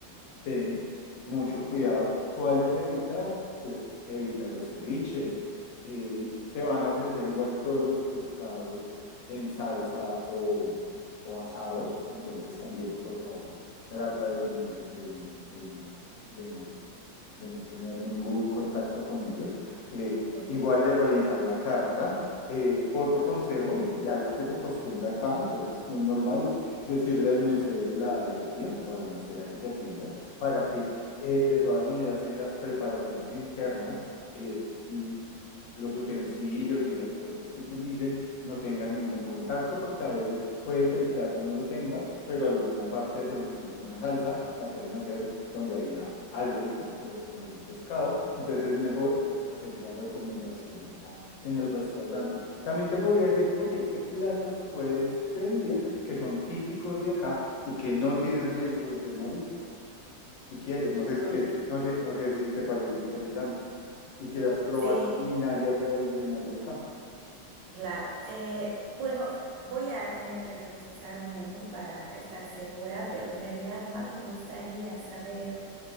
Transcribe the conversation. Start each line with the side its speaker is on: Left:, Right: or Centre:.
Left: ten mucho cuidado. ¿Cuáles evitar? Pues evita los ceviches. evi- te van a ofrecer igual todos los pescados en salsa o, o asados. Entonces también, por favor, trata de tener, de no, de no, de no de no tener ningún contacto con ellos. Eh,
Right: Ok,
Left: igual de revisar la carta. Eh, otro consejo y, y algo que se acostumbra acá y creo que es muy normal es decirle al mesero la alergia o a la mesera que te atienda para que eh, de todas maneras en las preparaciones internas eh, l- los utensilios y las cosas que utilicen no tengan ningún contacto, porque a veces puede que el plato no lo tenga, pero alguna parte, por ejemplo, una salsa, la pueden hacer donde había algo que tenga que ver con algún pescado. Entonces es mejor hacer esa recomendación ah, en el restaurante. También te podría decir, oye, ¿qué platos puedes pedir que son típicos de acá y que no tienes riesgos de mariscos? Si quieres, no sé
Right: ok.
Left: si te, no sé, no sé si te parece interesante y quieras probar
Right: Sí,
Left: culinaria tradicional de acá.
Right: claro. Eh, bueno, voy a tener que revisar un menú para estar segura, pero en realidad más me gustaría saber,